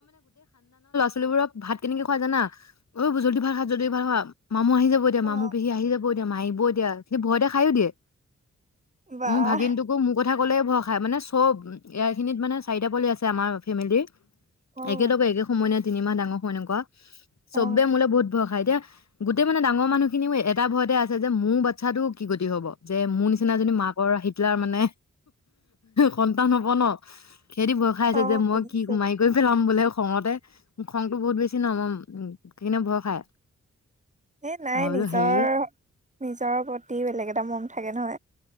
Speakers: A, on the left; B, on the right.
A: লিবোৰক ভাত কেনেকে খোৱা জানা অঐ জলদি ভা খা - জলদি ভা খা। মামু আহি যাব এতিয়া
B: অ',
A: মামু পেহী আহি যাব এতিয়া মাইব এতিয়া সি ভয়তে খায়ো দিয়ে।
B: বাহ।
A: মোৰ ভাগিনটোকো মোৰ কথা ক'লেই ভয়স মানে চব এ খিনিত মানে চাৰিটা পলি আছে আমাৰ ফেমিলিৰ।
B: অ',
A: একে লগে একে সময় নে তিনিমাহ ডাঙৰ সময় এনেকুৱা
B: অ',
A: চবে মোলে বহুত য় খায় এতিয়া গোটেই মানে ডাঙৰ মানুহ খিনিও এটা ভয়তে আছে যে মোৰ বাচ্ছাটো কি গতি হ'ব। যে মোৰ নিচিনাজনী মাকৰ হিটলাৰ মানে সন্তান হব ন। সিহেতি ভয় খাই আছে
B: অ',
A: যে মই
B: বুজিছো।
A: কি মাৰি কৰি পেলাম বোলে খঙতে - খঙটো বহুত বেছি ন মই উম, কিনে ভয় খাই।
B: এ নাই
A: মই বোলো
B: নিজৰ-নিজৰ
A: হেৰি
B: প্ৰতি বেলেগ এটা মম থাকে ন।